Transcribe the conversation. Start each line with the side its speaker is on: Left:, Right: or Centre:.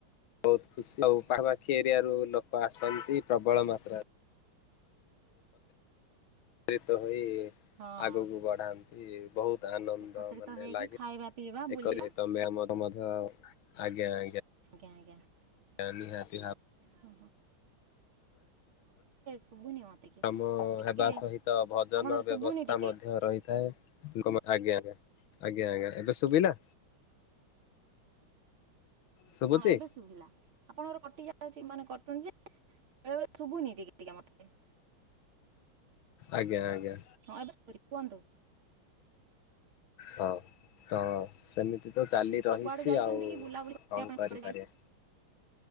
Left: ବହୁତ ଖୁସି ଆଉ
Right: ଆଜ୍ଞା
Left: ପାଖାପଖି
Right: ଆଜ୍ଞା
Left: ଏରିଆ ର ଲୋକ ଆସନ୍ତି ପ୍ରବଳ ମାତ୍ରାରେ ତିତ ହୋଇ
Right: ହଁ।
Left: ଆଗକୁ ବଢ଼ାନ୍ତି ବହୁତ ଆନନ୍ଦ
Right: ଏକତ୍ରିତ
Left: ମାନେ
Right: ହେଇକି
Left: ଲାଗେ
Right: ଖାଇବା ପିଇବା ବୁଲିବା
Left: ଏକ ସହିତ ମ୍ୟାାମ ଆଜ୍ଞା ଆଜ୍ଞା।
Right: <inaudible>
Left: ମାନି ହ୍ୟାପି ହ୍ୟାପି
Right: ଓ ହୋ। ଶୁଭୁନି ମତେ କି
Left: ମ
Right: ଟିକେ
Left: ହେବା ସହିତ ଭଜନ
Right: ଆପଣଙ୍କର ଶୁଭୁନି
Left: ବ୍ୟବସ୍ଥା
Right: ଟିକେ
Left: ମଧ୍ୟ ରହି ତ ଆଜ୍ଞା ଆ ଆଜ୍ଞା ଆଜ୍ଞା ଏବେ ଶୁଭିଲା। ଶୁଭୁଛି
Right: ହଁ ଏବେ ଶୁଭିଲା ଆପଣଙ୍କର କଟି ଯାଉ ଅଛି ମାନେ କଟୁନ ଯେ ବେଳେବେଳେ ଶୁଭୁନତି ତିକେ ତିକେ ମତେ।
Left: ଆଜ୍ଞା ଆଜ୍ଞା।
Right: ହଁ ଏବେ ଶୁଭୁଛି କୁହନ୍ତୁ।
Left: ହଁ ତ ସେମିତି ତ ଚାଲି ରହିଛି
Right: ଆଉ କୁଆଡେ ଯାଇଛନ୍ତି
Left: ଆଉ
Right: କି ବୁଲାବୁଲି କରିବା
Left: କଣ
Right: ପାଇଁ
Left: କରିପାରିବା।
Right: କୁଆଡେ ଯାଇ